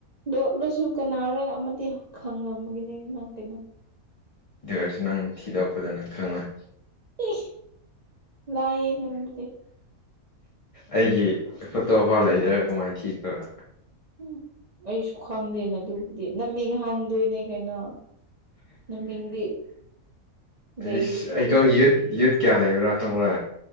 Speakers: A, on the right; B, on the left.
A: ꯗꯣꯠꯂꯨꯁꯨ ꯀꯅꯥꯔ ꯑꯃꯗꯤ ꯈꯪꯉꯝꯃꯒꯅꯤꯅ ꯀꯩꯅꯣ꯫
B: ꯑꯗꯨꯒꯔꯁꯨ ꯅꯪ ꯊꯤꯗꯣꯔꯔꯛꯄꯗꯅ ꯈꯪꯉꯣꯏ
A: ꯏ ꯂꯥꯏ ꯅꯅꯨꯡꯗꯤꯦ
B: ꯑꯩꯒꯤ ꯐꯣꯇꯣ ꯐꯥꯎ ꯂꯩꯗ꯭ꯔꯒ ꯀꯃꯥꯏꯅ ꯊꯤꯗꯕ
A: ꯎꯝ ꯑꯩꯁꯨ ꯈꯪꯗꯦꯅ ꯑꯗꯨꯕꯨꯗꯤ ꯅꯝꯃꯤꯡ ꯍꯥꯡꯗꯣꯏꯅꯦ ꯀꯩꯅꯣ ꯅꯃꯤꯡꯗꯤ ꯂꯩꯔꯤꯁꯤꯗꯤ
B: ꯏꯁꯩ ꯑꯩꯗꯣ ꯌꯨꯠ ꯌꯨꯠ ꯀꯌꯥ ꯂꯩꯕ꯭ꯔꯥ ꯈꯪꯕ꯭ꯔꯥ